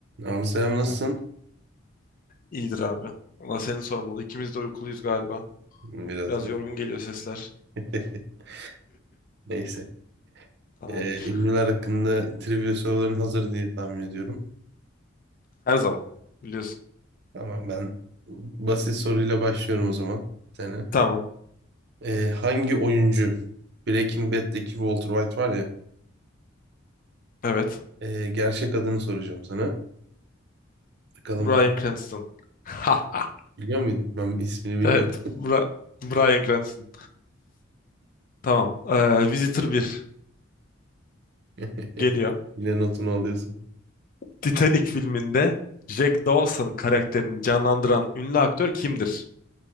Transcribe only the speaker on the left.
İyidir abi. Valla seni sormalı. İkimiz de uykuluyuz galiba.
Biraz yorgun geliyor sesler.
<laughs> Tamamdır.
Her zaman. Biliyorsun.
Tamam.
Evet.
Bryan Cranston. <laughs>
Evet. Bra Bryan Cranston. Tamam. Ee, Visitor bir
geliyor.
Titanic filminde Jack Dawson karakterini canlandıran ünlü aktör kimdir?